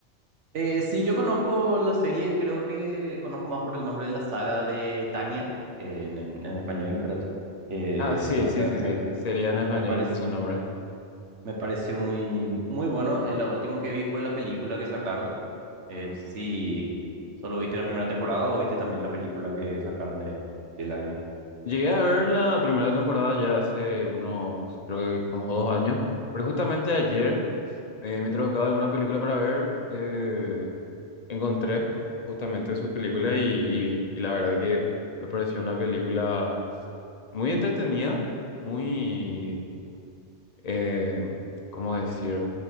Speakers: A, on the right; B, on the left.
A: Eh, sí, yo conozco la serie, creo que conozco más por el nombre de la saga de Tania, eh, en, en- en español, ¿verdad? Eh,
B: Ah, sí,
A: no
B: sí,
A: sé,
B: sí, sí.
A: me,
B: Sería en español,
A: me parece,
B: ese es su nombre.
A: me pareció muy, muy bueno. Eh, lo último que vi fue la película que sacaron. Eh, no sé si solo viste la primera temporada o viste también la película que sacaron de, del anime.
B: Llegué a ver la primera temporada ya hace unos, creo que como dos años. Pero justamente ayer, eh, mientras buscaba alguna película para ver, eh, Encontré justamente su película y, y vi. Y la verdad que me pareció una película muy entretenida, muy, eh, ¿cómo decir?